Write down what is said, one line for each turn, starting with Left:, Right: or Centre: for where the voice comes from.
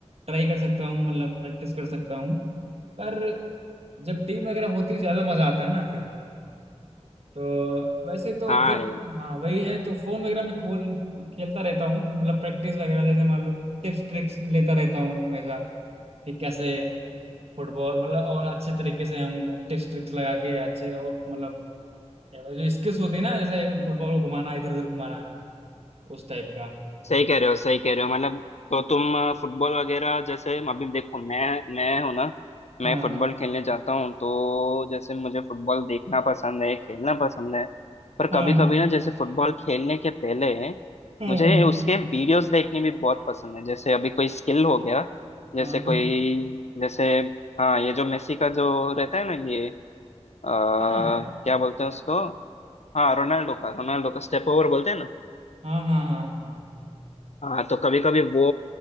Right: ट्राई कर सकता हूँ मतलब प्रैक्टिस कर सकता हूँ पर जब टीम वगैरह होती है तो ज्यादा मजा आता है ना फिर तो वैसे तो
Left: हाँ
Right: फिर हाँ वही है तो फोन वगैरह में खोल खेलता रहता हूँ मतलब प्रैक्टिस वगैरह जैसे मान लो टिप्स ट्रिक्स लेता रहता हूँ हमेशा कि कैसे फुटबॉल मतलब और अच्छे तरीके से हम टिप्स ट्रिक्स लगा के अच्छे और मतलब जो स्किल्स होती है ना जैसे फुटबॉल को घुमाना इधर उधर घुमाना उस टाइप का
Left: सही कह रहे हो सही कह रहे हो मतलब तो तुम अ, फुटबॉल वगैरह जैसे अभी देखो मैं मैं हूं ना मैं
Right: हाँ
Left: फुटबॉल
Right: हाँ
Left: खेलने जाता हूँ तो जैसे मुझे फुटबॉल देखना पसंद है खेलना पसंद है पर
Right: हाँ
Left: कभी कभी ना जैसे फुटबॉल खेलने के पहले
Right: हाँ
Left: मुझे
Right: हाँ
Left: उसके वीडियोस देखने भी बहुत पसंद है जैसे अभी कोई स्किल हो गया जैसे
Right: हाँ
Left: कोई
Right: बेटी
Left: जैसे हाँ ये जो मेसी का जो रहता है ना ये अ, क्या
Right: हाँ
Left: बोलते हैं उसको हाँ रोनाल्डो का रोनाल्डो का स्टेप ओवर बोलते हैं ना
Right: हाँ हाँ हाँ हाँ
Left: हाँ तो कभी कभी वो